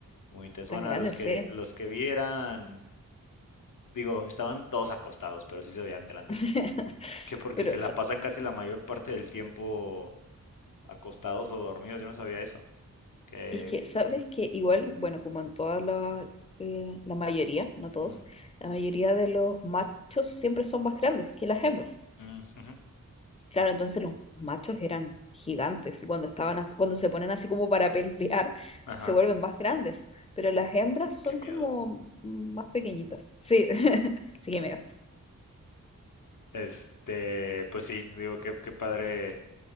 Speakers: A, on the left (about 80°); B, on the left (about 20°).
A: muy intensos.
B: Están
A: Bueno,
B: grandes,
A: los que,
B: sí.
A: los que vi eran, digo, estaban todos acostados, pero sí se veían grandes.
B: <laughs>
A: que porque
B: Pero
A: se la pasan casi la mayor parte del tiempo acostados o dormidos, yo no sabía eso. Que...
B: Es que, ¿sabes que Igual, bueno, como en todas las, eh, la mayoría, no todos,
A: ujú,
B: la mayoría de los machos siempre son más grandes que las hembras.
A: mm, ujú.
B: Claro, entonces los machos eran gigantes y cuando estaban, as- cuando se ponen así como para pelear, <laughs>
A: Ajá,
B: se vuelven más grandes, pero las hembras son
A: qué miedo.
B: como más pequeñitas. Sí, <laughs> sí que me da.
A: Este, pues sí, digo, qué, qué padre,